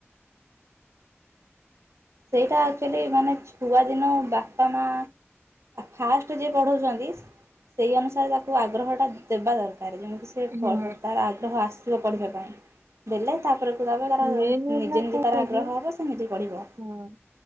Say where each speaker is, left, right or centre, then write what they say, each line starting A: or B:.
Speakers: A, on the right (about 80°); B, on the right (about 65°).
A: ସେଇଟା ଆକ୍ଚୁଆଲି ମାନେ ଛୁଆଦିନ ବାପା ମା ଫାଷ୍ଟ ଯିଏ ପଢ଼ାଉଛନ୍ତି ସେଇ ଅନୁସାରେ ତାକୁ ଆଗ୍ରହଟା ଦେବା ଦରକାର ଯେମିତି ସେ
B: ହୁଁ
A: ପଢ଼ିବ ତାର ଆଗ୍ରହ ଆସିବ ପଢ଼ିବା ପାଇଁ ବଲେ ତା <unintelligible> ତାର
B: ମେନ୍ ହେଲା
A: ନିଜେ ନିଜେ
B: କଣ
A: ତାର ଆଗ୍ରହ
B: କି
A: ହବ ନିଜେ ପଢ଼ିବ।
B: ହଁ